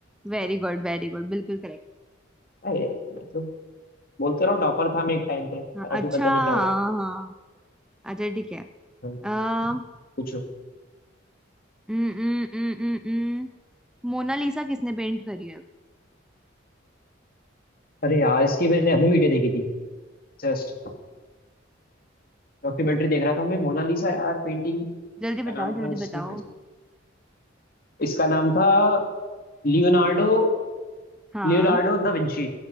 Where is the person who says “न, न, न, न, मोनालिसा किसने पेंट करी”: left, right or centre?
Centre